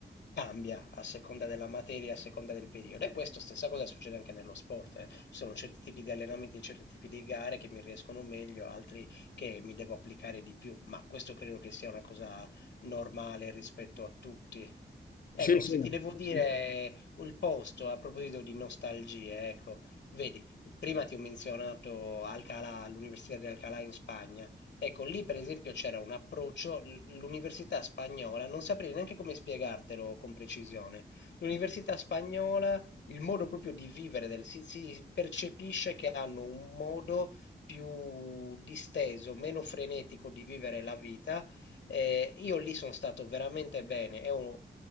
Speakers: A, on the left; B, on the left.
A: cambia a seconda della materia, a seconda del periodo. E questo stessa cosa succede anche nello sport. eh. Ci sono certi tipi di allenamenti e certi tipi di gare che mi riescono meglio, altri che mi devo applicare di più. Ma questo credo che sia una cosa normale rispetto a tutti.
B: Sì,
A: Ecco,
B: sì.
A: se ti devo dire
B: Sì,
A: il posto a proposito di nostalgie, ecco, vedi, prima ti ho menzionato Alcalá, l'Università di Alcalá in Spagna. Ecco, lì per esempio c'era un approccio, l- l'università spagnola, non saprei neanche come spiegartelo con precisione. L'università spagnola, il modo proprio di vivere, del- si, si percepisce che hanno un modo più disteso, meno frenetico di vivere la vita eh, io lì sono stato veramente bene, è un-